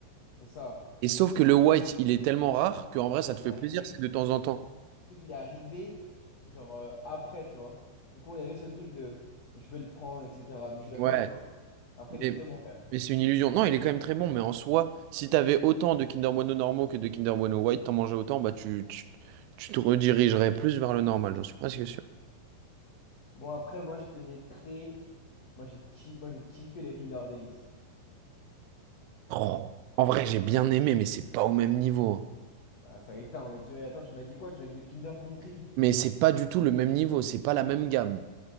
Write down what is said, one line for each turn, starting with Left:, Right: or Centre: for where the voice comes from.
Left: c'est ça.
Right: Et sauf que le White, il est tellement rare qu'en vrai, ça te fait
Left: Il est arrivé.
Right: plaisir, c'est de temps en temps.
Left: Surtout qu'il est arrivé, genre, euh, après, tu vois. Du coup, il y avait ce truc de je vais le prendre, etc. Mais je suis d'accord
Right: Ouais,
Left: avec toi. Après, il
Right: Mais,
Left: est très bon, quand même.
Right: mais c'est une illusion. Non, il est quand même très bon, mais en soi, si t'avais autant de Kinder Bueno normaux que de Kinder Bueno White, t'en mangeais autant, bah tu, tu, tu te redirigerais plus vers le normal, j'en suis presque sûr.
Left: Bon, après, moi, je te mettrais. Moi, j'ai ki- moi, je kiffais le Kinder Delice.
Right: Oh, en vrai, j'ai bien aimé, mais c'est pas au même niveau. hein.
Left: Bah, ça éteint, mais tu... attends, tu m'as dit quoi? Tu m'as dit le Kinder Country.
Right: Mais c'est pas du tout le même niveau, c'est pas la même gamme.